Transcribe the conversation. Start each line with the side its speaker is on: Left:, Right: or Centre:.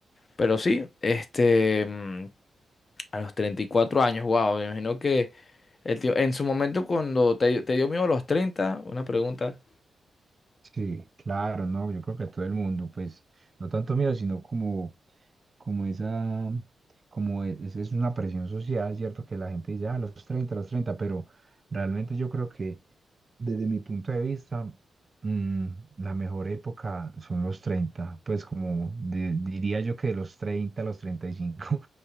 Left: Pero sí, este, mm, a los 34 años, wow, me imagino que el tío, en su momento cuando te, te dio miedo a los treinta una pregunta.
Right: Sí, claro, no, yo creo que a todo el mundo, pues, no tanto miedo, sino como, como esa, como e- es, es una presión social, ¿cierto? Que la gente dice, ah, los treinta, los 30, pero realmente yo creo que desde mi punto de vista, mm, la mejor época son los 30, pues como de- diría yo que de los 30 a los 35